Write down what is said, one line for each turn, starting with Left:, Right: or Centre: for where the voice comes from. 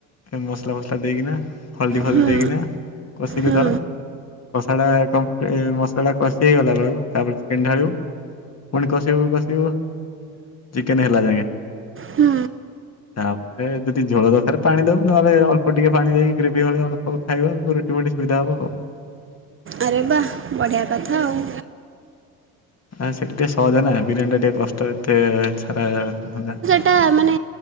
Left: ମସଲା ଫସଲା ଦେଇକିନା ହଳଦୀ ଫଳଦୀ
Right: ହୁଁ
Left: ଦେଇକିନା କସିଲୁ
Right: ହୁଁ
Left: ଧର କଷାଟା କମ୍ପି ମସଲା ଟା କଷି ହେଇଗଲା ବେଳକୁ ତାପରେ ଚିକେନ ଢାଳିବୁ। ପୁଣି କଷିବୁ କଷିବୁ ଚିକେନ ହେଲା ଯାଙ୍କେ।
Right: ହୁଁ
Left: ତାପରେ ଯଦି ଝୋଳ ଦରକାର ପାଣି ଦବୁ ନହେଲେ ଅଳ୍ପ ଟିକେ ପାଣି ଦେଇକି ଗ୍ରେଭି ଭଳିଆ ଅଳ୍ <unintelligible> ଖାଇବା ରୁଟି ଫୁଟି ସୁବିଧା ହବ ଆଉ।
Right: ଆରେ ବାଃ ବଢ଼ିଆ କଥା ଆଉ।
Left: ଆ ସେଟା ଟିକେ ସହଜ ନା। ବିରିୟାନୀ ଟା ଟିକେ କଷ୍ଟ ଏତେ ସାରା ଧନ୍ଧା।
Right: ଟା ମାନେ